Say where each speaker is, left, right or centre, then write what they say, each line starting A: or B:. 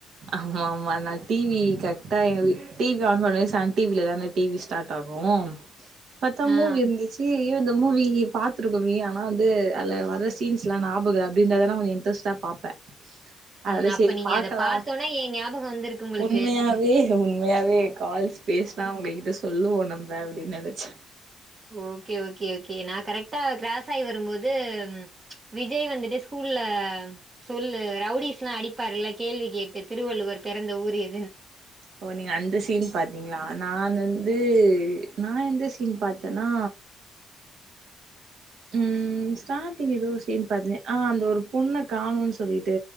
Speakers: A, on the right; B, on the right.
A: ஆமா ஆமா நா டிவி கர்டா எங்க வீ டிவி ஆன் பண்ண சன் டிவில தான டிவி ஸ்டாட் ஆகு பாத்தா
B: ஆ
A: மூவி இருந்துச்சி ஏ இந்த மூவி பாத்துருக்கோமே ஆனா வந்து அதுல வர சீன்ஸ்லா ஞாபக அப்பிந்தா நா கொஞ் இன்டரெஸ்டா பாப்பே அதனால
B: ம் அப்ப
A: சேரி
B: நீங்க
A: பாக்கலா
B: அத பாத்தோன தா ஏ ஞாபகோ வந்திருக்கு உங்களுக்கு
A: உண்மையாவே உண்மையாவே கால்ஸ் பேஸ்னா அவுங்க இன்ட்ரெஸ் சொல்லுவோ நம்ப அப்டின் நெனச்
B: ஓகே ஓகே ஓகே நா கரெக்டா க்ராஸ் ஆயி வரும்போது ம் ச்ச் விஜய் வந்துட்டு ஸ்கூல்ல சொல்லு ரவுடிஸ்ல்லா அடிப்பாருல்ல கேள்வி கேட்டு திருவள்ளுவர் பெறந்த ஊர் எ
A: ஓ நீங்க அந்த சீன் பாத்தீங்ளா நான் வந்து நா எந்த சீன் பாத்தன்னா ம் ஸ்டாட்டிங் எதோ ஒரு சீன் பாத்தே அ அந்த ஒரு பொண்ண காணோன் சொல்லிட்டு